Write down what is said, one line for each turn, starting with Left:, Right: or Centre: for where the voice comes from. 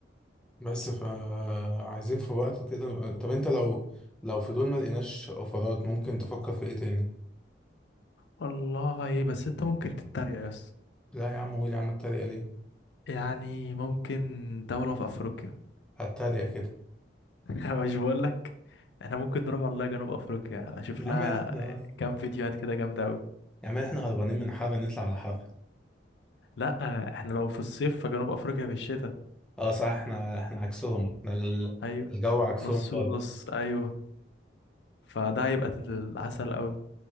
Centre: بس فعايزين في وقت كده نبقى- طب انت لو لو في دول ما لقيناش اوفرات ممكن تفكر في ايه تاني
Left: والله بس انت ممكن تتريق يا اسطى
Centre: لا يا عم قول يا عم اتريق ليه
Left: يعني ممكن دوله في افريقيا
Centre: هتريق كده
Left: <laughs> مش بقول لك احنا ممكن نروح والله جنوب افريقيا اشوف
Centre: يا
Left: لها
Centre: عم احنا
Left: كام فيديوهات كده جامده قوي
Centre: يا عم احنا هربانين من حر نطلع على حر
Left: لا احنا لو في الصيف فجنوب افريقيا في الشتاء
Centre: اه صح احنا احنا عكسهم احنا ال-
Left: ايوه
Centre: الجو عكسهم
Left: نص
Centre: خالص
Left: ونص ايوه فده هيبقى العسل قوي